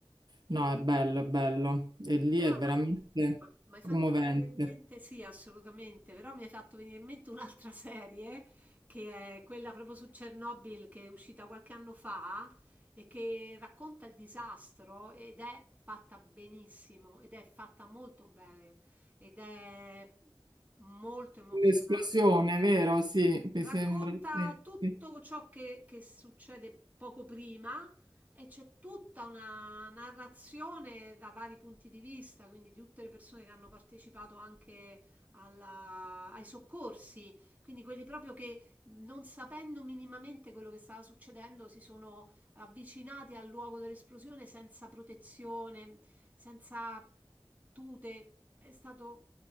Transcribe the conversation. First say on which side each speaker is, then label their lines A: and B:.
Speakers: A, on the right; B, on the right.
A: No, è bello, è bello. E lì
B: Però,
A: è veramente
B: ma mi hai fatto
A: commovente.
B: venire in mente, sì, assolutamente, però mi hai fatto venire in mente un'altra serie che è quella proprio su Chernobyl che è uscita qualche anno fa e che racconta il disastro ed è fatta benissimo, ed è fatta molto bene, ed è molto emozionante.
A: L'esplosione, vero? Sì,
B: Racconta
A: mi sembra. Sì,
B: tutto
A: sì.
B: ciò che, che succede poco prima e c'è tutta una narrazione da vari punti di vista, quindi di tutte le persone che hanno partecipato anche alla- ai soccorsi, quindi quelli proprio che non sapendo minimamente quello che stava succedendo si sono avvicinati al luogo dell'esplosione senza protezione, senza tute. È stato